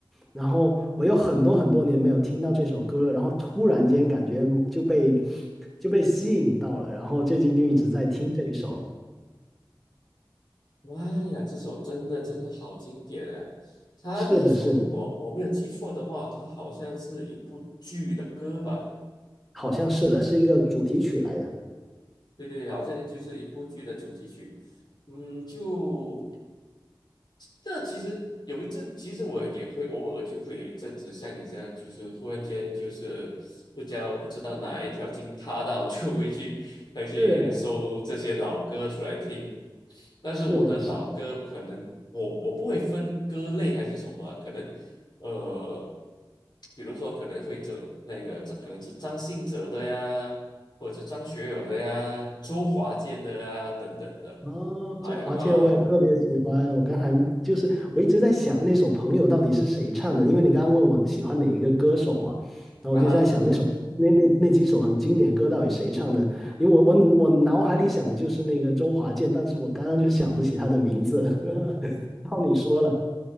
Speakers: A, in the centre; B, on the left.
A: 然后我有很多很多年没有听到这首歌了，然后突然间感觉就被就被吸引到了，然后最近就一直在听这一首。
B: 嗯哼。妈呀，这首真的真的好经典啊！他那一首如果我没有记错的话，
A: 是的，是的，
B: 他好像是一部剧的歌吧？
A: 好像是的，是一个主题曲来的。
B: 对对，好像就是一部剧的主题曲。嗯，就这其实有一阵，其实我也会偶尔就会有一阵子像你这样，就是突然间就是不知道不知道哪一条筋塌到，就会去会去搜这些老歌出来听。
A: 是，
B: 但是我的老歌可能我我不会分歌类还是什么，
A: 是的，是的。
B: 可能呃，比如说可能会走那个张可能是张信哲的呀，或者是张学友的呀，周华健的呀等等的，
A: 哦，
B: 还有啊。
A: 周华健我也特别喜欢。我刚才就是我一直在想那首《朋友》到底是谁唱的，因为你刚刚问我喜欢哪一个歌手嘛，然后我就在想那首那那那几首很经典的歌到底谁唱的？
B: 啊，啊
A: 因为我我我脑海里想的就是那个周华健，但是我刚刚就想不起他的名字。<laughs> 然后你说了，